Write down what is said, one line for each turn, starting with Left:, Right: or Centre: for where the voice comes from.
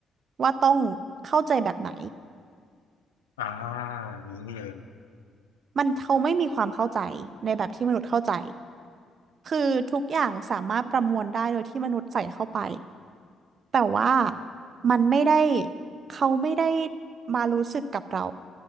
Right: ว่าต้องเข้าใจแบบไหน
Left: อ่าอย่างนี้นี่เอง
Right: มันเขาไม่มีความเข้าใจในแบบที่มนุษย์เข้าใจคือทุกอย่างสามารถประมวลได้โดยที่มนุษย์ใส่เข้าไป แต่ว่ามันไม่ได้เขาไม่ได้มารู้สึกกับเรา